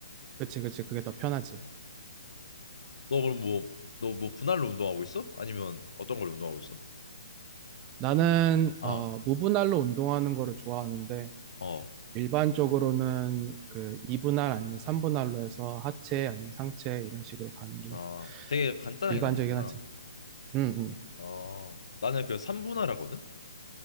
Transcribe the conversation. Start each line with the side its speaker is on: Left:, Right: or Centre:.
Right: 그치, 그치. 그게 더 편하지.
Left: 너 그럼 뭐, 너 뭐 분할로 운동하고 있어? 아니면 어떤 걸로 운동하고 있어?
Right: 나는,
Left: 아,
Right: 어, 무분할로 운동하는 거를 좋아하는데
Left: 어,
Right: 일반적으로는 그 2분할 아니면 3분할로 해서 하체 아니면 상체 이런 식으로 가는 게
Left: 아, 되게 간단하게
Right: 일반적이긴
Left: 남는구나.
Right: 하지. 음, 음.
Left: 어, 나는 그 삼분할하거든